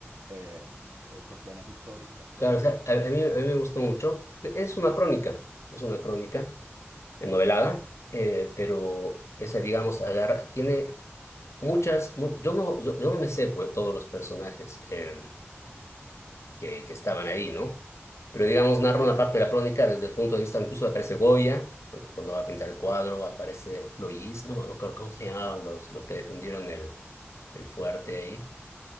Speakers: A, on the right; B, on the left.
A: eh, cuestiones históricas,
B: Claro,
A: ¿no?
B: o sea, a, a mí, a mí me gustó mucho. Es una crónica, es una crónica eh, novelada, eh, pero esa, digamos, agarra, tiene muchas, mu- yo no, yo, yo no me sé pues, todos los personajes. em, que, que estaban ahí, ¿no? Pero digamos, narra
A: Sí,
B: una parte de la crónica desde el punto de vista incluso aparece Goya, porque cuando va a pintar el cuadro aparece Loís, no me acuerdo cómo se llamaban los, los que defendieron el, el fuerte ahí.